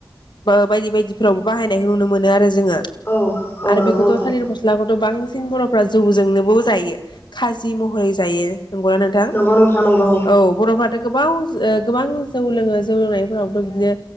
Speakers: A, on the left; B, on the left.
A: बा बायदि बायदिफ्रावबो बाहायनायखौ नुनो मोनो आरो जोङो
B: औ औ
A: आरो
B: नंगौ
A: बेखौथ'
B: नोंथां
A: थालिर मस्ला खौथ बांसिन बर'फ्रा जौजोंनोबो जायो खाजि महरै जायो नंगौना नोंथां
B: नंगौ नोंथां नंगौ
A: औ बर'फ्राथ' गोबाव ओ गोबां जौ लोङो जौ लोंनायफोरावथ' बिदिनो